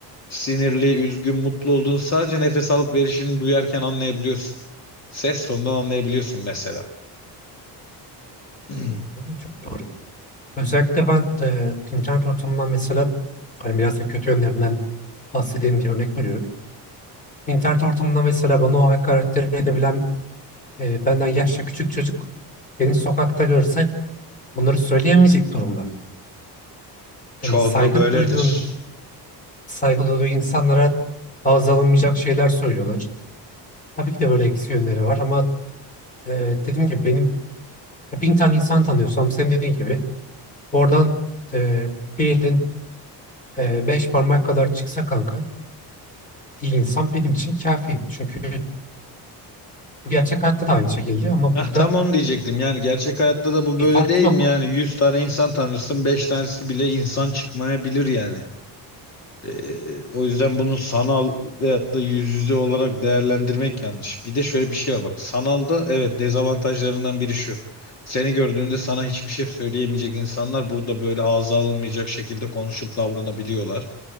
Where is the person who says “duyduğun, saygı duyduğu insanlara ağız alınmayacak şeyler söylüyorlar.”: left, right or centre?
Left